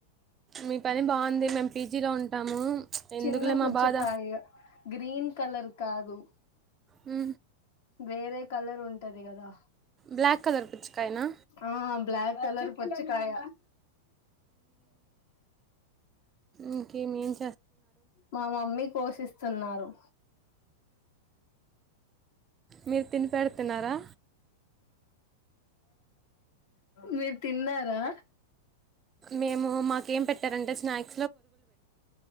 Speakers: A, on the right; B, on the left.
A: మీ పని బాగుంది మేము పీజీలో ఉంటాము ఎందుకులే
B: చిన్న పుచ్చకాయ
A: మా బాధ
B: గ్రీన్ కలర్ కాదు
A: ఉ
B: వేరే కలర్ ఉంటది కదా
A: బ్లాక్ కలర్ పిచ్చు కాయిన్ ఆ
B: ఆ బ్లాక్ కలర్ పూచ్చకాయ
A: ఇంకేమీన్
B: మా మమ్మీ పోషిస్తున్నారు
A: మీరు తినిపెడుతున్నారా
B: మీరు తిన్నారా
A: మేము మాకేం పెట్టారంటే స్నాక్